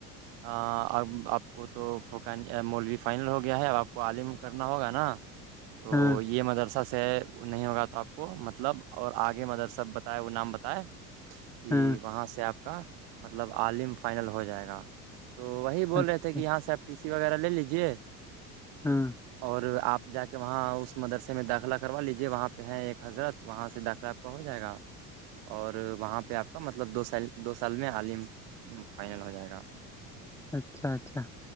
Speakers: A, on the right; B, in the centre.
A: اب آپ کو تو ف مولوی فائنل ہو گیا ہے اب آپ کو عالم کرنا ہوگا نا تو
B: ہاں
A: یہ مدرسہ وہ نہیں ہوگا تو آپ کو مطلب اور آگے مدر سب بتائے وہ نام بتائے کہ
B: ہاں
A: وہاں سے آپ کا مطلب عالم فائنل ہو جائے گا تو وہی بول
B: اچھا
A: رہے تھے کہ یہاں ساپ ٹی سی وغیرہ لے لیجے
B: ہاں
A: اور آپ جا کے وہاں اس مدرسے میں داخلہ کروا لیجیے وہاں پہ ہیں ایک حضرت وہاں سے داخلہ کو جائے گا اور وہاں پہ آپ کا مطلب دو سال دو سال میں عالم فائنل ہو جائے گا
B: اچھا اچھا